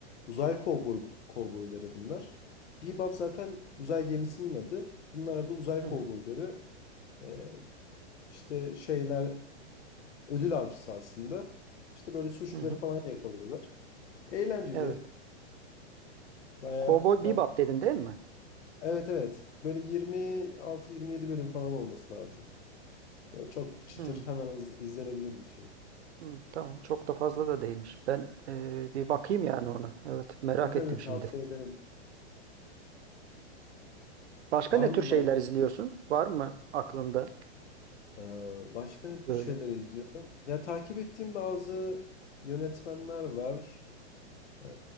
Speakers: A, on the left; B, on the right.
A: uzay kovboy, kovboyları bunlar. Bebop zaten uzay gemisinin adı. Bunlar da uzay
B: Hı
A: kovboyları.
B: hı.
A: Ee, işte şeyler ödül avcısı aslında. İşte böyle suçluları
B: Hı hı.
A: falan yakalıyorlar. Eğlenceli.
B: Evet.
A: Baya,
B: Cowboy
A: baya...
B: Bebop dedin değil mi?
A: Evet evet. Böyle 26-27 bölüm falan olması lazım. Böyle çok çıtır
B: Hı.
A: hemen hız- izlenebilir bir şey.
B: Hı, tamam. Çok da fazla da değilmiş. Ben eee, bir bakayım yani ona. Evet. Merak
A: Tabii tabii
B: ettim
A: tavsiye
B: şimdi.
A: ederim.
B: Başka
A: Var
B: ne
A: mı
B: tür şeyler
A: baş,
B: izliyorsun? Var mı aklında
A: Ee, Başka ne tür
B: böyle?
A: şeyler izliyorum? Ya takip ettiğim bazı yönetmenler var. Ee,